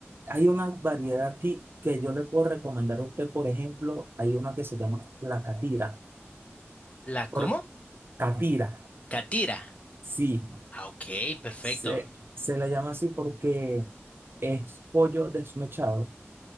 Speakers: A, on the right (about 55°); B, on the left (about 30°).
A: hay una variedad aquí que yo le puedo recomendar a usted. Por ejemplo, hay una que se llama la catira.
B: ¿La
A: Por
B: cómo?
A: catira,
B: Catira.
A: sí.
B: Ah, ok, perfecto.
A: Se, se la llama así porque es pollo desmechado